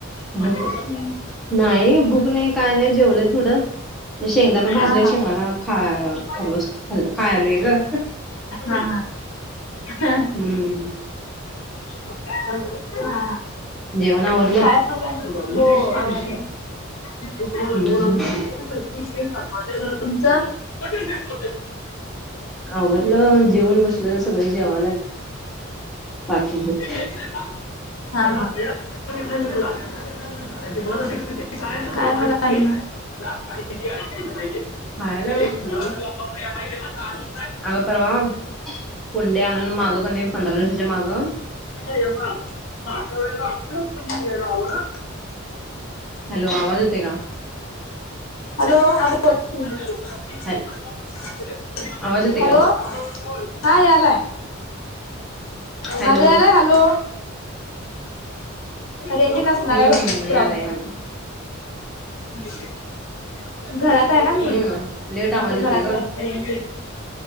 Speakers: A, on the left; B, in the centre.
A: वाटतं
B: भूक नाही नाही भूक नाही. काय नाही जेवलंय थोडं. शेंगदाणा भाजलेय
A: हा
B: शेंगदाना खात
A: हा हा
B: बस खाल् खायलय ग.
A: हा हा,
B: हम्म,
A: हा,
B: जेवण आवरल,
A: काय हो, आवरल.
B: हम्म हम्म, हम्म.
A: तुमच,
B: आवरलं जेवण बसलुय सगळे जेवायला बाकीच.
A: हा हा, काय मग अजून.
B: खायला बघ
A: <inaudible>
B: अगं परवा कुंडया आणून मागं क नाही पंधरा दिवसाच्या मागं
A: तेव्हा <unintelligible>
B: हॅलो आवाज येतो का?
A: हॅलो <unintelligible>
B: हॅल आवाज येतोय
A: हॅलो
B: काय?
A: हा यालाय
B: हॅलो
A: माझा यालाय हॅलो? रेंज नसणार
B: हम्म
A: आहे बहुतेक
B: हम्म यालाय
A: प्रॉब्लेम
B: यालाय
A: आहे. हा घरात आहे ना मी
B: हम्म लेट आवाज
A: घरात
B: येतोय
A: रा
B: ग
A: रेंज येत नाही.